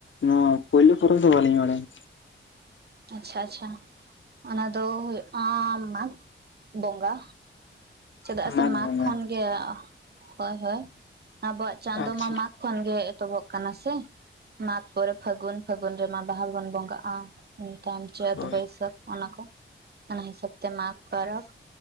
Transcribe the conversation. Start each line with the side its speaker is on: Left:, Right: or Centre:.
Left: ᱱᱚᱣᱟ ᱯᱳᱞᱮ ᱯᱚᱨᱮ ᱫᱚ ᱵᱟᱞᱤᱧ ᱵᱟᱰᱟᱭᱟ
Right: ᱟᱪᱪᱷᱟ ᱟᱪᱪᱷᱟ ᱚᱱᱟ ᱫᱚ ᱦᱩᱭᱩᱜ-ᱟ ᱢᱟᱜᱽ ᱵᱚᱸᱜᱟ ᱪᱮᱫᱟᱜ
Left: ᱵᱟᱝ
Right: ᱥᱮ
Left: ᱵᱟᱝ
Right: ᱢᱟᱜᱽ ᱠᱷᱚᱱ ᱜᱮ ᱦᱳᱭ ᱦᱳᱭ ᱟᱵᱚᱣᱟᱜ ᱪᱟᱸᱫᱳ
Left: ᱟᱪᱪᱷᱟ
Right: ᱢᱟ ᱢᱟᱜᱽ ᱠᱷᱚᱱ ᱜᱮ ᱮᱛᱚᱵᱚᱜ ᱠᱟᱱᱟ ᱥᱮ ᱢᱟᱜᱽ ᱯᱚᱨᱮ ᱯᱷᱟᱹᱜᱩᱱ ᱯᱷᱟᱹᱜᱩᱱ ᱨᱮᱢᱟ ᱵᱟᱦᱟ ᱵᱚᱱ ᱵᱚᱸᱜᱟᱜᱼᱟ ᱢᱤᱫᱴᱟᱝ ᱪᱟᱹᱛ
Left: ᱦᱳᱭ
Right: ᱵᱟᱹᱭᱥᱟᱹᱠ ᱚᱱᱟ ᱠᱚ ᱚᱱᱟ ᱦᱤᱥᱟᱹᱵ ᱛᱮ ᱢᱟᱜᱽ ᱯᱟᱨᱚᱵᱽ